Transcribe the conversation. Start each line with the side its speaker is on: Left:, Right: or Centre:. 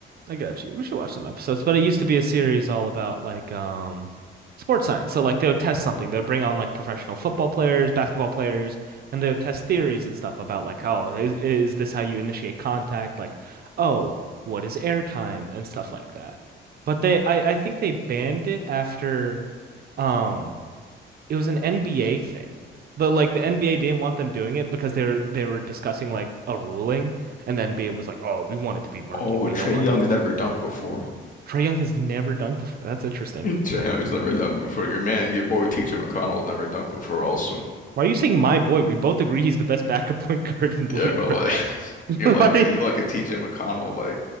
Right: I got you. We should watch some episodes, but it used to be a series all about like um sports science. So like they would test something. They'd bring on like professional football players, basketball players, and they would test theories and stuff about like oh, is, is this how you initiate contact? Like, oh, what is air time and stuff like that. But they I I think they banned it after um it was an NBA thing. The like the NBA didn't want them doing it because they were they were discussing like a ruling, and the NBA was like, "Oh, we want it to be murky.
Left: Oh,
Right: We
Left: Trae
Right: don't want."
Left: Young's never dunked before.
Right: Trae Young has never dunked before. That's interesting.
Left: <laughs> Trae Young has never dunked before. Your man, your boy T.J. McConnell's never dunked before. Also.
Right: Why are you saying my boy? We both agree he's the best backup point <laughs> guard in the
Left: Yeah,
Right: league
Left: but like
Right: right now.
Left: <laughs>
Right: <laughs>
Left: you're like
Right: Like
Left: a, you like a TJ McConnell like